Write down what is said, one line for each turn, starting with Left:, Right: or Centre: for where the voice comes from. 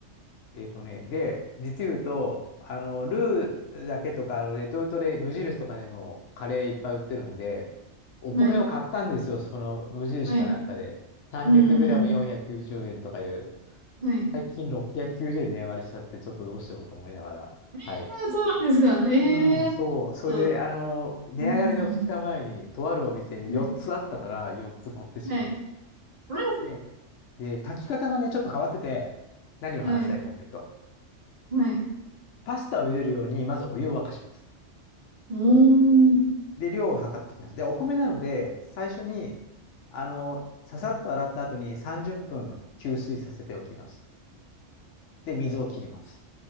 Left: えっとね、で、実言うと、あの、ルーだけとか、あの、レトルトで無印とかでもカレーいっぱい売ってるんで、お米を買ったんですよ、
Right: はい。
Left: その無印かなんかで。
Right: はい。
Left: 300g490
Right: うんうんうん。
Left: 円とかいう、
Right: はい。
Left: 最近690円値上がりしちゃって、ちょっとどうしようと思いながら。はい。
Right: えー、そうなんですか。えー、
Left: うん、そう。
Right: ちょっと、
Left: それで、あの、値上がりの2日前に、
Right: うんうん
Left: とあるお店に4つあったから、
Right: うん。はい、
Left: 4つ買ってしまっ
Right: はい。うん
Left: て。で、炊き方がね、ちょっと変わってて、何を話したいかというと、
Right: はい、はい。
Left: パスタを茹でるように、まずお湯を沸かします。
Right: おー、
Left: で、量を測っておきます。で、お米なので、最初に、あの、ささっと洗った後に30分吸水させておきます。で、水を切ります。